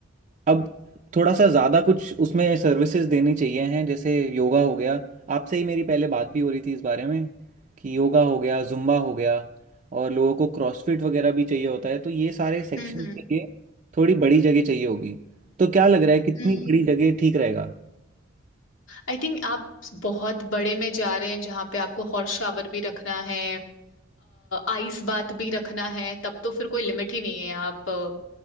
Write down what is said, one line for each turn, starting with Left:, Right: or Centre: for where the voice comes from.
Right: अब थोड़ा सा ज़्यादा कुछ उसमें सर्विसेज देनी चाहिए हैं जैसे योगा हो गया आपसे ही मेरी पहले बात भी हो रही थी इस बारे में कि योगा हो गया जुम्बा हो गया और लोगों को क्रॉसफिट वगैरह भी चाहिए होता है तो ये सारे सेक्शन
Left: हम्म
Right: के लिए थोड़ी बड़ी जगह चाहिए होगी तो क्या लग रहा है कितनी
Left: हम्म
Right: बड़ी जगह ठीक रहेगा
Left: आई थिंक आप बहुत बड़े में जा रहे हैं जहाँ पे आपको हॉट शावर भी रखना है आइस बात भी रखना है तब तो फिर कोई लिमिट ही नहीं है आप अ,